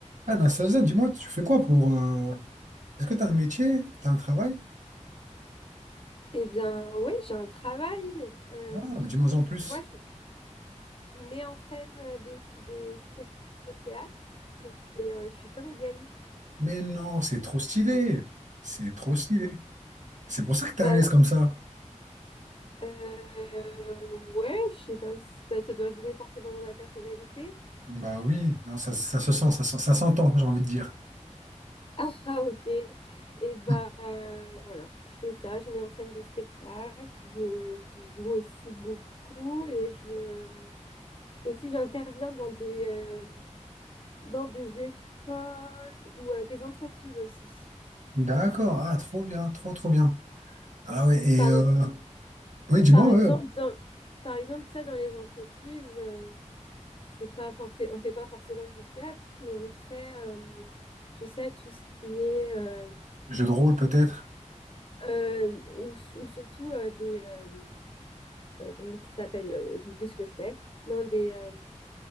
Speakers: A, on the right; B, on the left.
A: Ah, Nastasian, dis-moi, tu fais quoi pour... euh, Est-ce que t'as un métier? T'as un travail?
B: Eh bien, oui, j'ai un travail. Euh,
A: Ah, bah, dis-moi
B: je-
A: en plus.
B: moi, je, je mets en scène euh, des, des pièces de théâtre et, et, euh, je suis comédienne.
A: Mais non, c'est trop stylé. C'est trop stylé. C'est pour ça que t'es
B: Bah,
A: à l'aise comme ça.
B: euh, ouais, je sais pas si bah, ça doit jouer forcément dans ma personnalité. <laughs>
A: Bah oui, non, ça, ça
B: Mm.
A: se sent, ça, se- ça s'entend, j'ai envie de dire.
B: Ah, ah, ok. Et bah,
A: <laughs>
B: euh, voilà, je fais ça. Je mets en scène des spectacles. Je, je joue aussi beaucoup et je euh, aussi j'interviens dans des euh, dans des écoles ou euh, des entreprises aussi.
A: D'accord, ah, trop bien, trop, trop bien. Ah ouais, et...
B: Par,
A: euh,
B: e-,
A: Oui, dis-moi,
B: par exemple,
A: ouais.
B: dans, par exemple, ça, dans les entreprises, euh, c'est pas forcé, on fait pas forcément du théâtre, mais on fait, euh, tu sais, tout ce qui est, euh,
A: Jeu de rôle peut-être?
B: euh, ou, su- ou surtout euh, des, euh, euh, comment ça s'appelle? euh, J'oublie ce que je fais. Non, des euh,